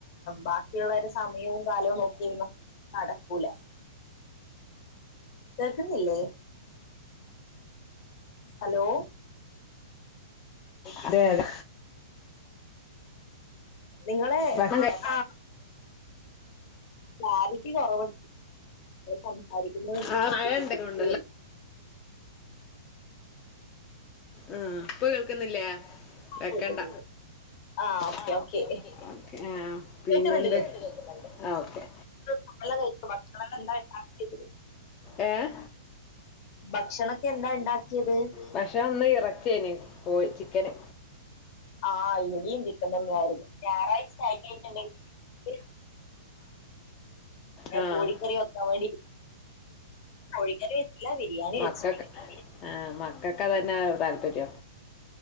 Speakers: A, on the left (about 45°); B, on the left (about 25°).
A: ബാക്കിയുള്ള ഒരു സമയവും കാലവും നോക്കിയിരുന്ന നടക്കൂല കേക്കുന്നില്ലേ ഹലോ
B: അത്
A: നിങ്ങളെ
B: ഭക്ഷണം കഴി-
A: ആ ക്ലാരിറ്റി കുറവുണ്ട്, സംസാരിക്കുമ്പോൾ
B: ആ മഴ
A: ബുദ്ധിമുട്ട്
B: ഉണ്ടായതുകൊണ്ടല്ലേ
A: വരുന്നു
B: ഉം, ഇപ്പോ കേൾക്കുന്നില്ലേ വെക്കണ്ട
A: കേൾക്കുന്നുണ്ട് ആഹ് ഓക്കെ
B: ആഹ,
A: ഓക്കെ
B: ഓക്കേ ഒകെ പിന്നെന്ത്
A: കേൾക്കുന്നുണ്ട്
B: ഓക്കെ
A: നമ്മളെല്ലാം കഴിച്ച്, ഭക്ഷണല്ലാം എന്താ ഉണ്ടാക്കിയേ
B: ഏ
A: ഭക്ഷണക്കെ എന്താ ഉണ്ടാക്കിയത്
B: ഭക്ഷണം ഇന്ന് ഇറച്ചി ആയിന്ന്, കോഴി ചിക്കന്
A: ആഹ് ഇവിടെയും ചിക്കൻ തന്നെയായിരുന്നു. ഞായറാഴ്ച ആയിട്ടുണ്ടെങ്കിൽ ഏ,
B: ആഹ
A: കോഴിക്കറി വെക്കാൻ വേണ്ടി കോഴിക്കറി വെച്ചില്ല ബിരിയാണി
B: മക്കൾക്കൊക്കെ
A: വെച്ചു
B: ക്ക ആ മക്കൊക്കെ അത് തന്നെ താല്പര്യോ